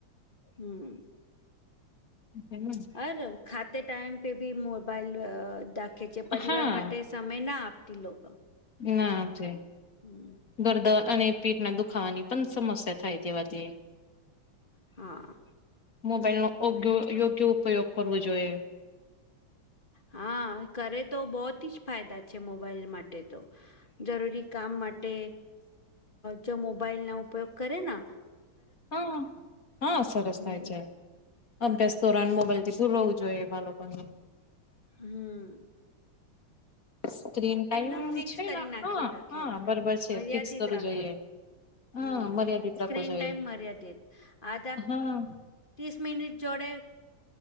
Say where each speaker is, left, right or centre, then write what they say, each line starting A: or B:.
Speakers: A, on the left; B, on the left.
A: હમ
B: હ
A: અરે ખાતે ટાઈમ પે બી મોબાઈલ દાખે છે પરિવાર
B: હા
A: માટે સમય ના આપતી લોકો
B: ના છે
A: હમ,
B: ગરદર
A: હમ,
B: અને પેટ ના દુખાવાની પણ સમસ્યા થાય તેવાથી
A: હા
B: મોબાઈલ નોગ યોગ્ય ઉપયોગ કરવો જોઈએ
A: હા કરે તો બહત જ ફાયદા છે મોબાઈલ માટે તો જરૂરી કામ માટે જો મોબાઈલ ના ઉપયોગ કરે ને
B: હા હા સરસ
A: હમ
B: થાય છે અભ્યાસ ધોરણ મોબાઈલ થી શું રહેવું જોઈએ એ બા લોકોને
A: હમ
B: સ્ક્રીન ટાઈમ
A: ના ફિક્સ
B: છે
A: કરી
B: ને
A: નાખી
B: હા
A: રાખે
B: હા બરોબર છે
A: મર્યાદિત
B: ફિક્સ કરવું
A: રાખે
B: જોઈએ હા
A: હમ
B: મર્યાદિત
A: સ્ક્રીન
B: રાખવું જોઈએ
A: ટાઈમ મર્યાદિત આ
B: હા
A: તીસ મિનિટ જોડે